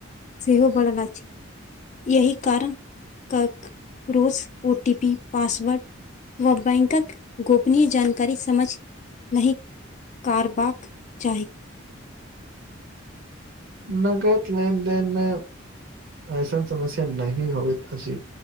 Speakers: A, on the left; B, on the right.
A: सेहो बढ़ल अछि यही कारण क रोस ओ टी पी पासवर्ड व बैंक कऽ गोपनीय जान। करी समझ नहीं कारबाक चाही।
B: नगद लेन देेन में अऐसन समस्या नहीं होइथ अछी